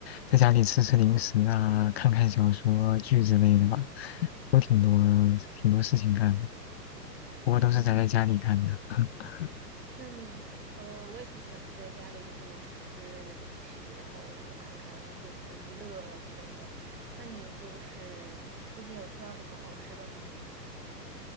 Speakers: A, on the left (about 40°); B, on the right (about 70°).
A: 在家里吃吃零食啊，看看小说剧之类的吧，都挺多挺多事情干的，不过都是宅在家里干的。
B: 嗯，
A: <laughs>
B: 那你呃，我也挺喜欢在家里就是吃吃零食，然后看看有些什么娱乐之类的。那你就是最近有吃到什么好吃的吗？